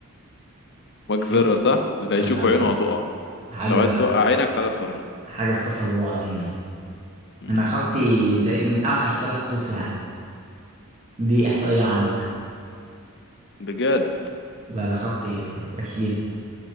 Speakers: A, on the left (about 55°); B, on the right (about 35°).
A: مجزره
B: حاجة-
A: صح اللي هيشوف
B: لا لا
A: عينه هتقع
B: حاجة
A: لو عايز توقع عينك تعالى اتفرج
B: حاجة استغفر الله العظيم يعني
A: مم.
B: انا خطي تقريبا من اوحش ثلاث خطوط في العالم دي احصائيه انا عملتها
A: بجد
B: لا ده خطي وحش جدا